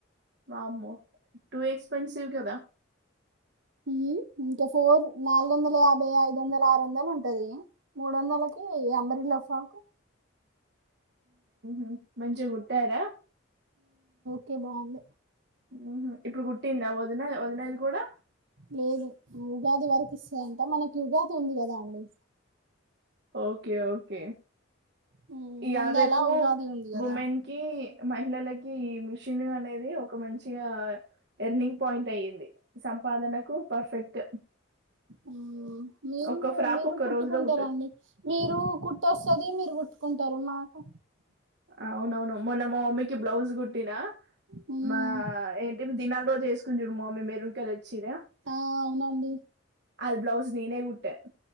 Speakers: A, on the right (about 55°); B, on the right (about 75°).
A: వామ్మో టూ ఎక్స్పెన్సివ్ కదా.
B: హ్మ్. ఇంకా ఫోర్ నాలుగు వందల యాభై, ఐదు వందలు, ఆరు వందలు ఉంటది. ముడోందలకే అంబరు లఫాకు
A: ఉహ్ మంచిగుట్టారా?
B: కే బావుంది.
A: ఉహ్ హు ఇప్పుడు కుట్టిందా. వదినధ్ వదినది గూడా?
B: లేదు ఉగాది వరకు ఇస్తందంట. మనకి ఉగాది ఉంది గాదా అండి.
A: ఓకే ఓకే
B: హ్మ్.
A: ఇయా
B: ముందలా
A: రేపు
B: ఉగాది ఉంది గదా!
A: వుమెన్కి మహిళలద్ కి ఈ మిషిన్ అనేది. ఒక మంచిగా ఎర్నింగ్ పాయింట్ అయ్యింది. సంపాదనకు పర్ఫెక్ట్
B: ఆహ్ మీరు
A: ఒక్క ఫ్రాక్
B: మీరు
A: ఒక్క
B: కుట్టుకుంటారంండి.
A: రోజులో కుట్టొచ్చు
B: మీరు కుట్టోస్తది మీరు కుట్టుకుంట్ టాలుమాకు
A: అవునవును మొన్న మా మమ్మీకి బ్లౌజ్ గుట్టినా.
B: హ్మ్.
A: మా ఏంటి దినాల్ రోజు ఏసుకున్ద్ మా మమ్మీ మేరున్ కలర్ చీర
B: ఆ అవునండి.
A: అది బ్లౌస్ నేనే గుట్టన్